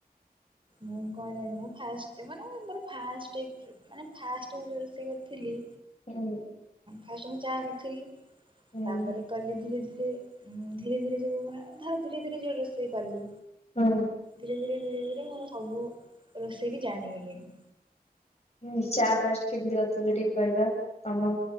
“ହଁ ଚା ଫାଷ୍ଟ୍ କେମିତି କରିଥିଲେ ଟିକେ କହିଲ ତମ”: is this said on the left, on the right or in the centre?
Left